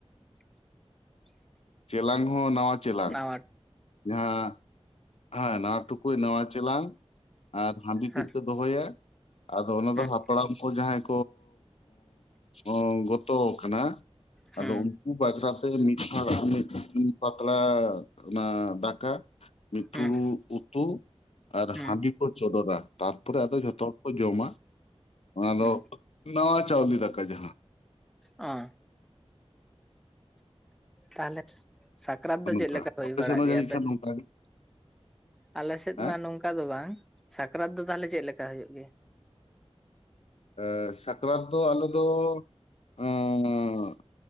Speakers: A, in the centre; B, on the left.
A: <inaudible>
B: ᱪᱮᱞᱟᱝ ᱦᱚᱸ ᱱᱟᱣᱟ ᱪᱮᱞᱟᱝ
A: ᱱᱟᱣᱟ
B: ᱡᱟᱦᱟᱸ ᱦᱮᱸ ᱱᱟᱣᱟ ᱴᱩᱠᱩᱡ, ᱱᱟᱣᱟ ᱪᱮᱞᱟᱝ ᱟᱨ ᱦᱟᱺᱰᱤ ᱠᱩ
A: ᱦᱮᱸ
B: ᱠᱚ ᱫᱚᱦᱚᱭᱟ ᱟᱫᱚ ᱚᱱᱟ
A: ᱦᱩᱸ
B: ᱫᱚ ᱦᱟᱯᱲᱟᱢ ᱠᱚ ᱡᱟᱦᱟᱸᱭ ᱟᱸ ᱜᱚᱛᱚ ᱠᱟᱱᱟ
A: ᱦᱩᱸ
B: ᱟᱫᱚ ᱩᱱᱠᱩ ᱵᱟᱠᱷᱨᱟ ᱛᱮ ᱢᱤᱫᱷᱟ <inaudible> ᱢᱤᱫ ᱯᱟᱛᱲᱟ ᱚᱱᱟ ᱫᱟᱠᱟ ᱢᱤᱫᱯᱷᱩᱬᱩ
A: ᱦᱩᱸ
B: ᱩᱛᱩ ᱟᱨ
A: ᱦᱩᱸ
B: ᱦᱟᱺᱰᱤ ᱠᱚ ᱪᱚᱰᱚᱨᱟ ᱾ ᱛᱟᱨᱯᱚᱨᱮ ᱟᱫᱚ ᱡᱷᱚᱛᱚ ᱦᱚᱲ ᱠᱚ ᱡᱚᱢᱟ ᱚᱱᱟ
A: ᱦᱩᱸ
B: ᱫᱚ ᱱᱟᱣᱟ ᱪᱟᱣᱞᱮ ᱫᱟᱠᱟ ᱡᱟᱦᱟᱸ ᱾
A: ᱚ ᱾ ᱛᱟᱦᱞᱮ ᱥᱟᱠᱨᱟᱛ
B: ᱦᱚᱸ
A: ᱫᱚ
B: ᱱᱚᱝᱠᱟ
A: ᱪᱮᱫ ᱞᱮᱠᱟ ᱦᱩᱭ
B: ᱟᱯᱮ
A: ᱵᱟᱲᱟᱜ
B: ᱥᱮᱫ ᱦᱚᱸ
A: ᱜᱮᱭᱟ
B: ᱡᱟᱹᱱᱤᱡ
A: ᱟᱯᱮ
B: ᱠᱷᱟᱱ
A: ᱥᱮᱫ?
B: ᱱᱚᱝᱠᱟ ᱜᱮ
A: ᱟᱞᱮᱥᱮᱫ
B: ᱦᱮᱸ
A: ᱢᱟ ᱱᱚᱝᱠᱟ ᱫᱚ ᱵᱟᱝ ᱥᱟᱠᱨᱟᱛ ᱫᱚ ᱛᱟᱦᱚᱞᱮ ᱪᱮᱫ ᱞᱮᱠᱟ ᱦᱩᱭᱩᱜ ᱜᱮᱭᱟ?
B: ᱮᱸ ᱥᱟᱠᱨᱟᱛ ᱫᱚ ᱟᱞᱮ ᱫᱚ, ᱚᱸᱻ